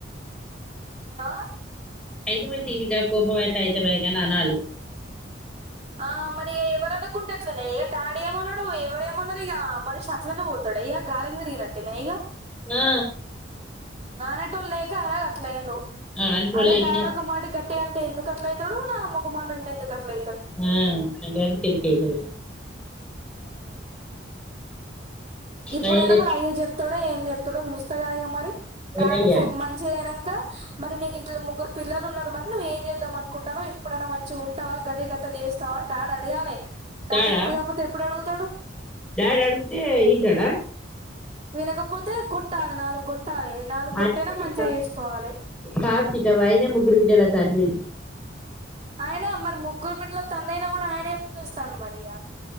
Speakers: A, on the right; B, in the centre.
A: లా
B: అయితమాయే తియ్ బిడ్డ కోపం అయితే అయితమే గాని అనాలి
A: ఆ మరి ఇగ ఎవర్ అనకుంటే ఏట్లనే ఇగ డాడ్ ఏమో అన్నడు ఎవరేమన్నరు ఇగ మనిషి అట్లనే పోతడ ఇగ గాలికి తిరిగినట్టేన ఇగ
B: ఆ
A: ఉ అనేటోళ్ళు లేక ఆయన గట్ల అయిండు
B: ఆ అనేటోళ్ళు
A: అదే
B: లేకనే
A: డాడ్ ఒక మాట గ తే అంటే ఎందుకు అట్లా అయితాడు. నానమ్మ ఒక మాట అంటే ఎందుకు అట్లా
B: మ్ తిన్నగా తినిపియ్యదు.
A: ఉమ్ ఇప్పుడైనా
B: భయంలే
A: మరి అయ్య చెప్తాడో ఏం చెప్తాడో చూస్తే కదా ఇగ. మరి డాడీ
B: ఏమయ్యా
A: ఫోన్ మంచి అయినా గా మరి నీకు ఇంట్ల ముగ్గురు పిల్లలు ఉన్నారు మరి నువ్ ఏం చేద్దాం అనుకుంటానవ్ ఇపుడైయినా మంచిగా ఉంటావా గదే కథ పెళ్లి చేస్తావా అని డాడీ అడగాలె డాడీ
B: తాడా
A: ఇప్పుడు కాపోతే ఎప్పుడు అడుగుతాడు
B: డాడీ అడుగుతే ఇంటడ
A: వినకపోతే కొట్ కొట్టాలె నాలుగు కొట్టాలె నాలుగు కొట్టియినా
B: ఆయనే
A: మంచిగా
B: కా
A: చేసుకోవాలె
B: కాదు సీతవ్వ ఆయనే ముగ్గురు బిడ్డల తండ్రి
A: ఆయన మరి ముగ్గురు బిడ్డల తండ్రి అయినా కూడా ఆయన ఏం చేస్తాండు మరి య్యా